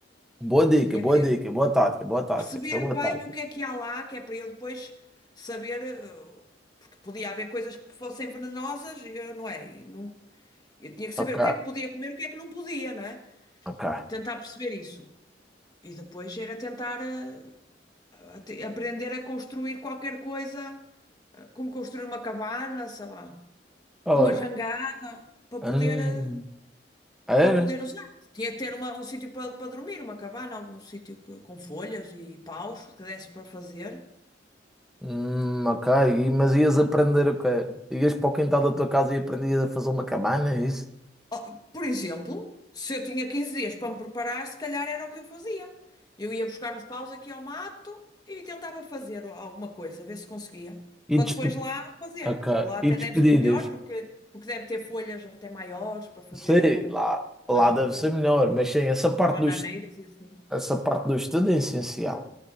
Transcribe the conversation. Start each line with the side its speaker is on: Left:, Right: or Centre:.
Centre: Boa dica,
Left: Tinha
Centre: boa
Left: que
Centre: dica, boa tática, boa tática.
Left: perceber
Centre: Essa é boa
Left: bem
Centre: tática.
Left: o que é que há lá, que é para eu depois saber, eh, porque podia haver coisas que fossem venenosas, e eu não é, e não, eu tinha que
Centre: Ok,
Left: saber o que é que podia comer, e o que é que não podia, não é?
Centre: ok.
Left: Tentar perceber isso. E depois era tentar eh, a te- aprender a construir qualquer coisa, eh, como construir uma cabana, sei lá,
Centre: Olha,
Left: uma jangada, para
Centre: hum,
Left: poder, eh,
Centre: era?
Left: para poder usar. Tinha que ter uma- um sítio para, para dormir, uma cabana, algum sítio que- com folhas e paus que desse para fazer.
Centre: Hum, ok, E- mas ias aprender o quê? Ias para o quintal da tua casa e aprendias a fazer uma cabana, é isso?
Left: Oh, Por exemplo, se eu tinha 15 dias para me preparar, se calhar era o que eu fazia. Eu ia buscar uns paus aqui ao mato e tentava fazer alguma coisa, ver se conseguia,
Centre: E,
Left: para
Centre: despe-
Left: depois lá fazer.
Centre: ok,
Left: Lá até
Centre: e despedidas.
Left: deve ser melhor, porque, porque deve ter folhas até maiores para fazer
Centre: Sei,
Left: uma cobertura
Centre: lá, lá
Left: mais
Centre: deve
Left: segura.
Centre: ser melhor, mas sim, essa parte
Left: As bananeiras
Centre: do, est-
Left: e assim.
Centre: essa parte do estudo é essencial.